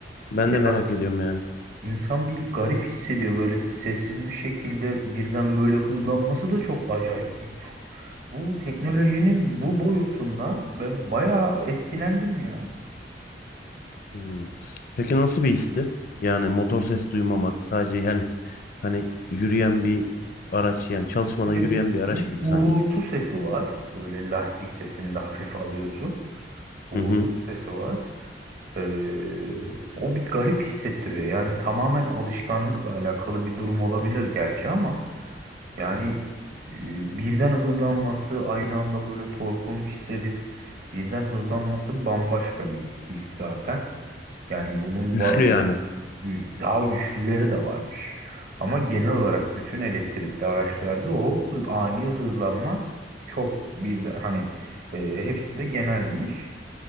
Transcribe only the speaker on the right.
Ya
insan bir garip hissediyor böyle sessiz bir şekilde birden böyle hızlanması da çok acayip. Bir, çok... Bu teknolojinin bu boyutundan ben bayağı etkilendim ya.
Ve
bir
uğultu
sesi var. Böyle lastik sesini de hafif alıyorsun. Uğultu
sesi var. Ee, o bir garip hissettiriyor. Yani tamamen alışkanlıkla alakalı bir durum olabilir gerçi ama yani e, birden hızlanması aynı anda böyle torkun hissedip birden hızlanması bambaşka bir his zaten. Yani bunun
ba-
e, gü- daha güçlüleri de varmış. Ama genel olarak bütün elektrikli araçlarda o hı- ani hızlanma çok bir hani e, hepsinde genelmiş.